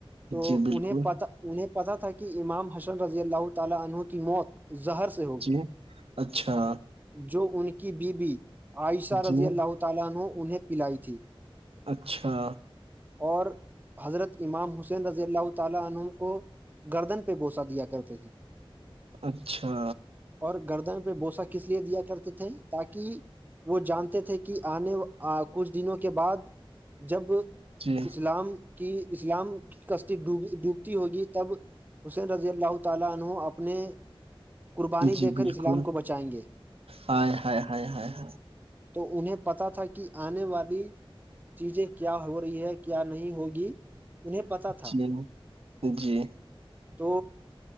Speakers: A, on the right; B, on the right.
A: تو
B: جی بالکل
A: انہیں پتا انہیں پتا تھا کہ امام حسن رضی اللہ تعالی عنہوں کی موت زہر سے ہوگی
B: جی اچھا
A: جو ان کی بی بیی عائشہ
B: جی
A: رضی اللہاہ تالا نے انہیں پلائی تھی
B: اچھا
A: اور حضرت امام حسین رضی اللہ تعالی عنم کو گردن پہ بوسا دیا کرتے تھے
B: اچھا
A: اور گردن پہ بوسا کس لیے دیا کرتے تھے تاکہ وہ جانتے تھے کہ آنے کچھ دنوں کے بعد جب
B: جی
A: اسلام کی اسلام کی کشتی ڈوبتی ہوگی تب حسین رضی اللہ تعالینہ اپنے قربانی
B: جی
A: دے کر
B: بالکل
A: اسلام کو بچائیں گے
B: ہائے ہائے ہائے ہائے ہائے
A: تو انہیں پتا تھا کہ آنے والی چیزیں کیا ہو رہی ہے کیا نہیں ہوگی انہیں پتاہ تھا
B: جی جی
A: تو